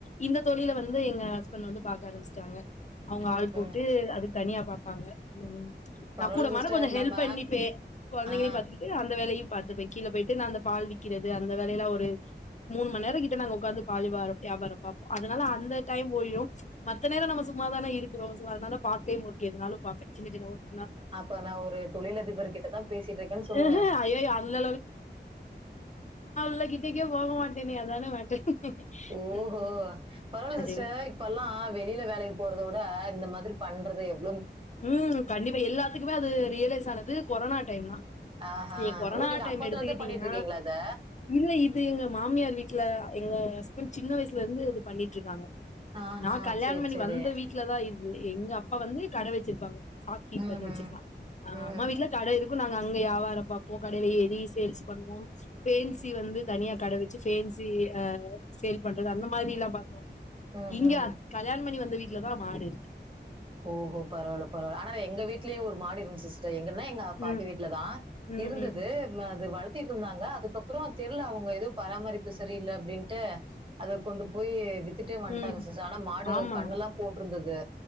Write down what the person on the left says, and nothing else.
இந்த தொழில வந்து எங்க ஹஸ்பண்ட் வந்து பாக்க ஆரம்பிச் சாங்க அவுங்க
ஆள் போட்டு
அதுக்கு தனியா பா பாங்க ம்
நா கூடமாட
கொஞ்சோ ஹெல்ப்
பண்ணிப்பே கொழந்தைங்களையூ
பாத்துக்கிட்டு அந்த வேலையூ பாத்துப்பே கீழ போயிட்டு நா அந்த பால் விக்கிறது அந்த வேலையில ஒரு மூணு மண் நேரோ கிட்ட நாங்க ஒக்காந்து பால் வாரோ வ்யாபாரோ பாப்போ அத்னால அந்த டைம் ஒடிடூ மத் த்த நேரோ நம்ம சும்மாதான இருக்கோ சோ அத்னால <unintelligible> எதனாலூ பாக்கே சின்ன சின்ன வர்க்
ஆஹா ஐயயோ அந்த ல கிட்டக்கே போக மாட்டேனே அதானே மேட்டர்
ம்
அது
ம் கண்டிப்பா எல்லாத்துக்குமே அது ரியலைஸ் ஆனது கொரோனாட் டைம்னா
நீங்க கொரோனா
டைம்
எடுத்துக்கிட்டீங்கன்னா
இல்ல இது எங்க மாமியார் வீட்ல எங்க சின் சின்ன வயசுலேந்து இது பண்ணிட்ருக்காங்க
நா கல்யாண
பண்ணி
வந்த வீட்லதா இ இ எங்க அப்பா வந்து கட வெச்சிருப்பாங்க ஷாப் கீப்பர்னு
வெச்சிக்லா ஆ
அம்மா வீட்ல கட இரு க்கு நாங்க அங்க யாவாரோ பாப்போ கடேல ஏறி சேல்ஸ் பண்ணுவோ ஃபேன்ஸி வந்து தனியா கட வெச்சு ஃபேன்ஸி ஆ சேல் பண்றது அந்த மாரிலா பாத்தோ
இங்க
கல்யாணம் பண்ணி வந்த வீட் லதா மாடிருக்
ம்.
ம்.
ம்.
ம்.
ஆமா.